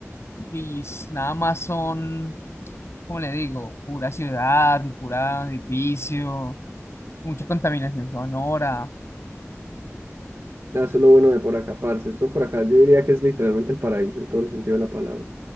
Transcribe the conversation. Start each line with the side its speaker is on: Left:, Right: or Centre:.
Left: y s- nada más son, como le digo, pura ciudad y pura edificio, mucha contaminación sonora.
Right: Nada, eso es lo bueno de por acá, parce. Esto por acá yo diría que es literalmente el paraíso en todo el sentido de la palabra.